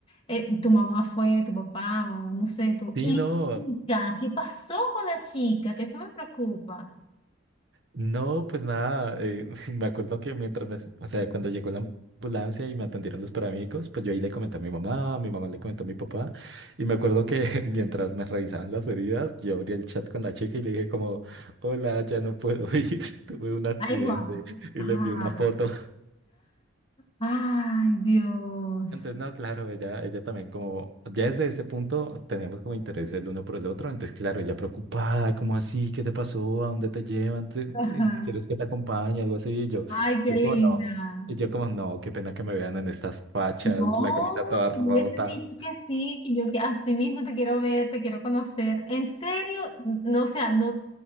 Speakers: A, on the left; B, on the right.
A: Eh, tu mamá fue, tu papá, o no sé, tú.
B: Sí,
A: ¿Y
B: no.
A: la chica? ¿Qué pasó con la chica? Que eso me preocupa.
B: No, pues nada. eh, <laughs> me acuerdo que mientras me, o sea, cuando llegó la ambulancia y me atendieron los paramédicos, pues yo ahí le comenté a mi mamá, mi mamá le comentó a mi papá. Y me acuerdo que <laughs> mientras me revisaban las heridas, yo abrí el chat con la chica y le dije como, hola, ya no puedo ir, <laughs> tuve un accidente
A: Ay, Juan.
B: y
A: Ah.
B: le envié una foto.
A: Ay, Dios.
B: Entonces, no, claro, ella, ella también como, ya desde ese punto teníamos como interés el uno por el otro, entonces, claro, ella preocupada, como así? ¿Qué te pasó? ¿A dónde te llevan? ¿Te-
A: Ajá.
B: eh, ¿Quieres que te acompañe? Algo así, y yo,
A: Ay, qué
B: yo
A: linda.
B: como no, y yo como no, qué pena que me vean en estas fachas,
A: No,
B: la camisa toda
A: tú
B: rota.
A: les he dicho que sí, que yo que así mismo te quiero ver, te quiero conocer. ¿En serio? No, o sea, no,